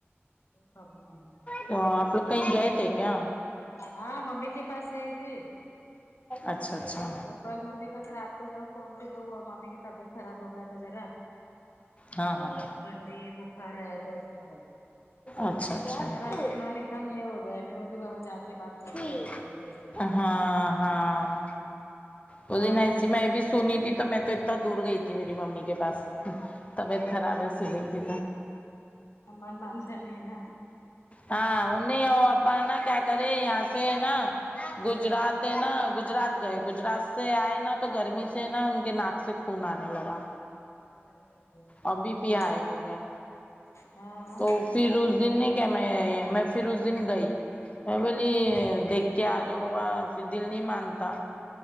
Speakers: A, on the left (about 80°); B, on the left (about 30°).
A: ہا ہا
B: تو آپ لوگ کہیں گے تھے کیا
A: ہاں ممی کے پاس گئی تھی
B: اچھا اچھا
A: وہ کل ممی کا تو رات کو ذرا فون کی تو وہ ممی کا طبیعت خراب ہو گیا تھا ذرا
B: ہاں ہاں
A: ٹھنڈی بخار آیا تھا اس کو کل
B: اچھا اچھا
A: تو میرا بھی من ایک ایک دم یہ ہو گئے نا بولے بابا کے بات کر
B: ہاں
A: کے آتی ہے میں کیسے بھی
B: ہاں ہاں وہ
A: تو
B: دن
A: آ جاتے
B: ایسی میں بھی سنی تھی تو میں تو اتنا دور گئی تھی میری ممی کے پاس طبیعت
A: ہاں
B: خراب
A: وہی
B: ہے سنی
A: تو
B: تھی
A: من مانتا نہیں نا
B: ہاں وہ نہیں ہو ابا نا کیا کرے یہاں سے نا گجرات ہے نا گجرات گئے گجرات سے آئے نا تو گرمی سے نا ان کے ناک سے خون آنے لگا
A: ارے باپ رے
B: ا بی پی
A: ہاں
B: ہائے ہو گیا
A: ہاں
B: تو پھر اس دن نے کیا میں میں پھر اس دن گئی میں بولی
A: اچھا
B: دیک کیا آ جاؤ بابا پھر دل نہیں مانتا